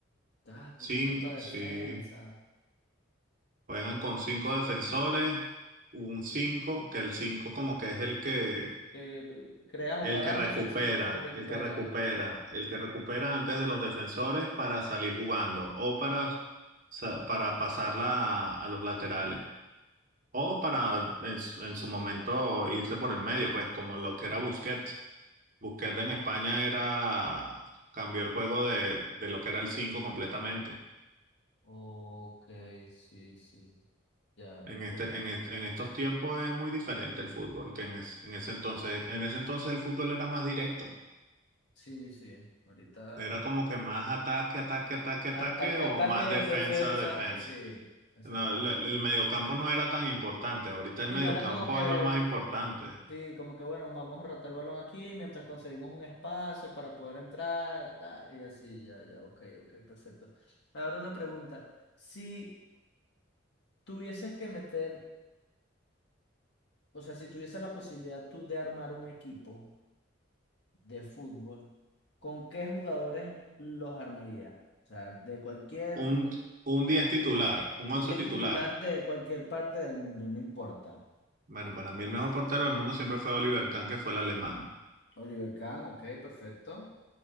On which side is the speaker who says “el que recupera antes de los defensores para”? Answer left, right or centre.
Right